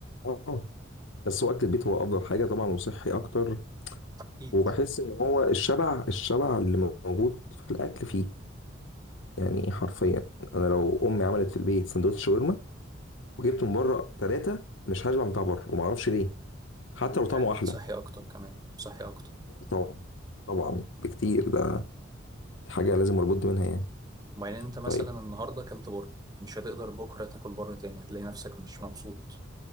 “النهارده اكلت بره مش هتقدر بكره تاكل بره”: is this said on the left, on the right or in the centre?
Right